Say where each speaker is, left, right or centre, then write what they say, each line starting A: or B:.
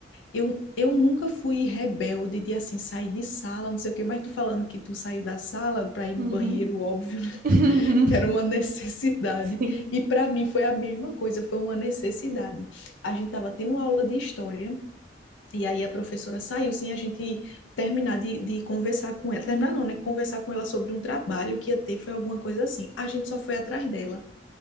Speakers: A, on the left; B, on the right.
A: Eu, eu nunca fui rebelde de assim sair de sala, não sei o quê, mas tu falando que tu saiu da sala para ir no
B: Uhum.
A: banheiro, óbvio, né?
B: <laughs> Uhum.
A: <laughs> que era uma necessidade.
B: Sim.
A: E para mim foi a mesma coisa, foi uma necessidade. A gente tava tendo aula de história e aí a professora saiu sem a gente terminar de, de conversar com ela. Terminar não, né? Conversar com ela sobre um trabalho que ia ter, foi alguma coisa assim. A gente só foi atrás dela.